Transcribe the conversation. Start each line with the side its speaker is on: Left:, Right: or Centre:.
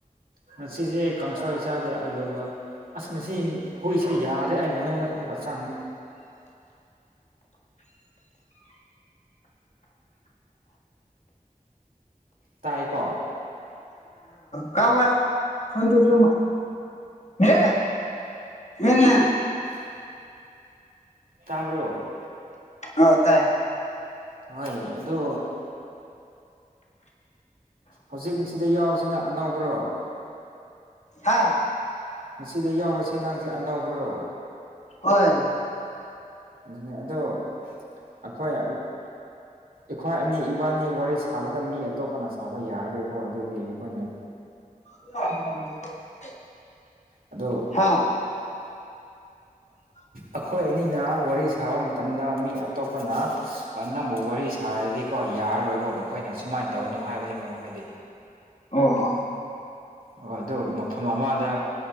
Right: ꯉꯁꯤꯁꯦ ꯀꯥꯡꯁꯣꯏ ꯆꯥꯗꯦ ꯑꯂꯨꯒ ꯑꯁ ꯃꯁꯤꯅꯤ ꯍꯨꯏꯁꯦ ꯌꯥꯔꯦ ꯑꯩ ꯃꯅꯨꯡꯗ ꯑꯃꯨꯛꯀ ꯆꯪꯗꯦ ꯇꯥꯏꯀꯣ
Left: ꯀ ꯋꯥ ꯐꯣꯟꯣꯟ ꯇꯁꯨ ꯌꯦ ꯌꯦꯅꯦ
Right: ꯍ ꯇꯥꯕ꯭ꯔꯣ
Left: ꯑꯣ ꯇꯥꯏꯌꯦ
Right: ꯍꯣꯌ ꯑꯗꯨ ꯍꯧꯖꯤꯛ ꯃꯁꯤꯗ ꯌꯥꯎꯁꯤꯅ ꯑꯅꯧꯕꯔꯣ
Left: ꯍꯥꯥ
Right: ꯃꯁꯤꯗ ꯌꯥꯎꯁ ꯅꯪꯁꯦ ꯑꯅꯧꯕ꯭ꯔꯣ
Left: ꯍꯣꯢ
Right: ꯑꯗꯨꯅꯦ ꯑꯗꯣ ꯑꯩꯈꯣꯏ ꯑꯩꯈꯣꯏ ꯑꯅꯤ ꯏꯕꯥꯅꯤ ꯋꯥꯔꯤ ꯁꯥꯕꯗ ꯃꯤ ꯑꯇꯣꯞꯄꯅ ꯁꯥꯕ ꯌꯥꯔꯔꯣꯏꯀꯣ ꯑꯗꯨꯗꯤ ꯑꯩꯈꯣꯏꯅ
Left: <inaudible> <unintelligible>
Right: ꯑꯗꯣ
Left: ꯍꯥꯥ <inaudible> <unintelligible>
Right: ꯑꯩꯈꯣꯏ ꯑꯅꯤꯅ ꯋꯥꯔꯤ ꯁꯥꯕ ꯃꯇꯝꯗ ꯃꯤ ꯑꯇꯣꯞꯄꯅ ꯑꯅꯕꯨ ꯋꯥꯔꯤ ꯁꯥꯔꯗꯤꯣ ꯀꯣ ꯌꯥꯔꯣꯏꯕꯣ ꯃꯈꯣꯏꯅ ꯁꯨꯃꯥꯏꯅ ꯇꯧꯅꯣ ꯍꯥꯏꯕꯅꯤꯕ ꯃꯈꯣꯏꯗꯤ
Left: ꯑꯣ
Right: ꯑꫭ ꯑꯗꯨ ꯃꯐꯝ ꯑꯃꯗ